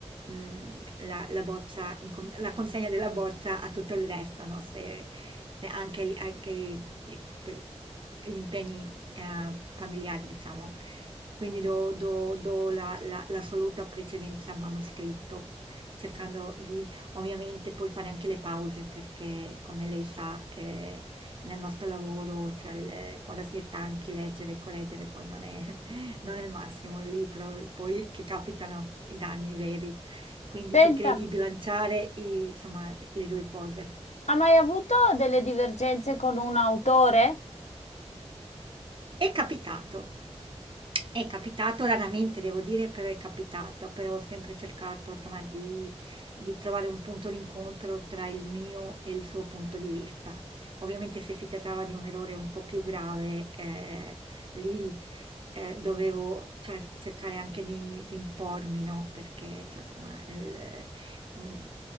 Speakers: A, on the right; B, on the left.
A: mm, la, la bozza in con- la consegna della bozza a tutto il resto, no? Se, se anche, anche i- i- per- gli impegni eh, familiari, diciamo. Quindi do, do- do la, la- l'assoluta precedenza al manoscritto, cercando di ovviamente poi fare anche le pause, perché come lei sa... eh, nel nostro lavoro, cioè il- quando si è stanchi leggere e correggere poi non è, <laughs> non è il massimo lì, però poi che capitano i danni veri. Quindi
B: Senta,
A: cercherei di bilanciare i- insomma, le due cose.
B: ha mai avuto delle divergenze con un autore?
A: È capitato. È capitato raramente devo dire, però è capitato, però ho sempre cercato insomma di, di trovare un punto d'incontro tra il mio e il suo punto di vista. Ovviamente se si trattava di un errore un po' più grave, eh, lì eh, dovevo cioè, cercare anche di, di impormi, no? Perché cioè, insomma, il- un-